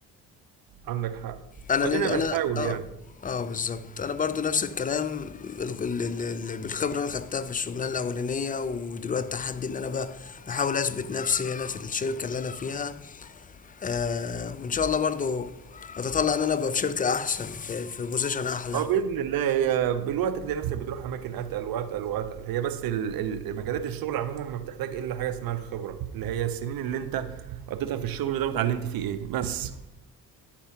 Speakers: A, on the right; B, on the left.
A: عندك حق
B: انا
A: وادينا
B: نل... انا
A: بنحاول
B: اه
A: يعني
B: اه بالظبط انا برضو نفس الكلام ال- ال- ال- ال- بالخبره اللي انا خدتها في الشغلانه الاولانيه ودلوقتي تحدي ان انا بقى بحاول اثبت نفسي هنا في الشركه اللي انا فيها آه وان شاء الله برضو اتطلع ان انا ابقى في شركه احسن في, في بوزيشن احلى
A: اه باذن الله هي بالوقت هتلاقي نفسك بتروح اماكن اتقل واتقل واتقل هي بس ال- ال- مجالات الشغل عموما ما بتحتاج الا حاجه اسمها الخبره اللي هي السنين اللي انت قضيتها في الشغل ده واتعلمت فيه ايه بس